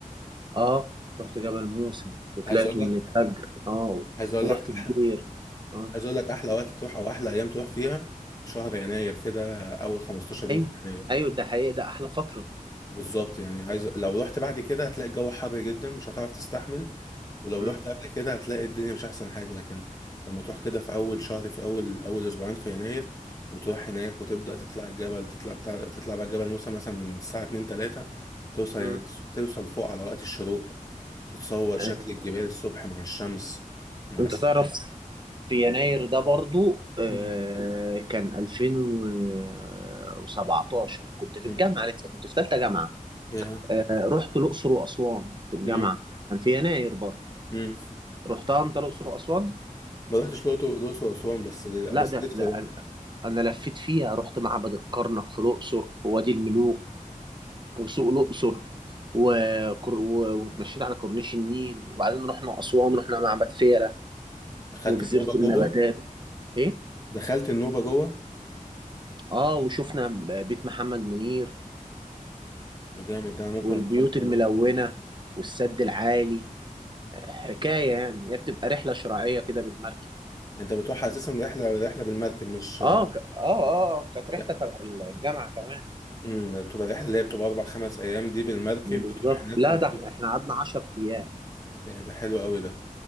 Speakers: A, on the right; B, on the left.
A: أه رحت جبل موسى وطلعته
B: عايز اقول لك
A: من الفجر أه
B: عايز اقول
A: ورحت
B: لك احلى
A: الدير أه
B: عايز اقول لك احلى وقت تروح او احلى ايام تروح فيها شهر يناير كده اول 15 يوم
A: أيوه
B: في يناير
A: أيوه ده حقيقة ده أحلى فترة
B: بالظبط يعني عايز لو رحت بعد كده هتلاقي الجو حر جدا مش هتعرف تستحمل ولو
A: امم
B: رحت قبل كده هتلاقي الدنيا مش احسن حاجة لكن لما تروح كده في اول شهر في اول اول اسبوعين في يناير وتروح هناك وتبدأ تطلع الجبل تطلع بتاع تطلع بقى جبل موسى مثلا من الساعة 2 3 توصل
A: امم
B: توصل فوق على وقت الشروق تتصور شكل
A: أيوه
B: الجبال الصبح مع الشمس مع
A: أنت
B: السحاب
A: تعرف في يناير ده برضو آه
B: مم.
A: كان 2017 كنت في
B: مم.
A: الجامعة لسه كنت في ثالثة جامعة
B: يا
A: آه، رحت الأقصر وأسوان في الجامعة
B: مم.
A: كان في يناير برضو
B: مم.
A: رحتها أنت الأقصر وأسوان؟
B: ما رحتش الأقصر الأقصر وأسوان بس بس
A: لا ده
B: نفسي
A: ده
B: أروح
A: انا أنا لفيت فيها رحت معبد الكرنك في الاقصر ووادي الملوك وسوق الاقصر وكر... و... واتمشيت على كورنيش النيل وبعدين رحنا اسوان رحنا معبد فيلة
B: دخلت
A: وجزيره
B: النوبة
A: النباتات
B: جوه
A: ايه
B: دخلت النوبة جوه
A: اه وشفنا بيت محمد منير
B: ده جامد ده أنا ممكن
A: والبيوت
B: أبقى أفكر
A: الملونه
B: أروح
A: والسد العالي حكايه يعني هي بتبقى رحله شراعيه كده بالمركب
B: انت بتروح اساسا رحله رحله بالمركب مش
A: اه ك... اه اه كانت رحله
B: لا
A: تبع الجامعه كمان
B: امم بتبقى الرحله اللي هي بتبقى اربع خمس ايام دي بالمركب
A: بالظبط
B: بتروح هناك
A: لا
B: وبتشوف
A: ده احنا قعدنا 10 ايام
B: طب إيه ده حلو قوي ده